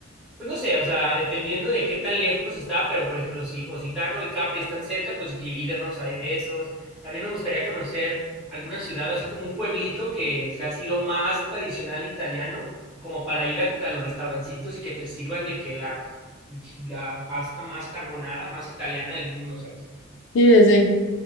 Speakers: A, in the centre; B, on the left.
A: pues no sé, o sea, dependiendo de qué tan lejos está, pero por ejemplo, si Positano y Capri están cerca, pues ye- irnos a esos. También me gustaría conocer alguna ciudad, así como un pueblito que sea así lo más tradicional italiano, como para ir a, a los restaurancitos y que te sirvan de que la, pinche- la pasta más carbonara, más italiana del mundo, ¿sabes?
B: Sí, sí, sí.